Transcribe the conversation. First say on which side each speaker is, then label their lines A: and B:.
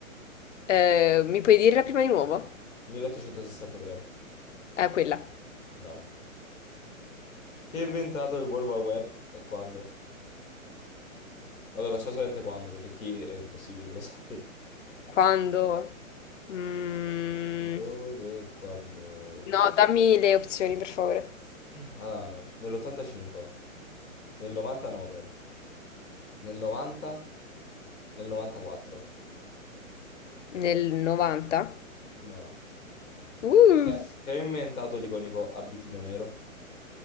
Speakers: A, on the left; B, on the left.
A: Eh, mi puoi dire la prima di nuovo?
B: 1863.
A: Eh, quella.
B: Bravo. Chi ha inventato il World Wide Web e quando? Vabbè, facciamo solamente quando, perché chi è impossibile che lo <laughs> sai.
A: Quando? Mm,
B: Dove e quando?
A: No, dammi le opzioni, per favore.
B: Allora, nell'85, nel 99, nel 90, nel 94.
A: Nel 90?
B: Brava.
A: Uh.
B: Eh, Chi ha inventato l'iconico abitino nero?